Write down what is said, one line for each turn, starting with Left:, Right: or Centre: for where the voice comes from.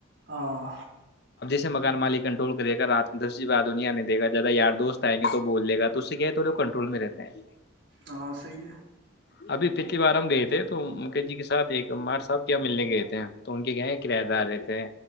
Right: ہاں
Left: مکان مالک کنٹرول کر دے کرات دس بات دنیا نے دیک گا زیادہ یارست آئیں گے تو بولے گا تو اس سے کہ ہے تھڑے وہ کنٹرول میں رہتے ہیں
Right: ہاں صحی ہے
Left: ابھی پچھلی بار ہم گئے تھے تو مک جی کے سات ایکمار صاحب کیا ملنے گئے تھے تو ان کے کہ ہیں کرایہ دار رہتے تھے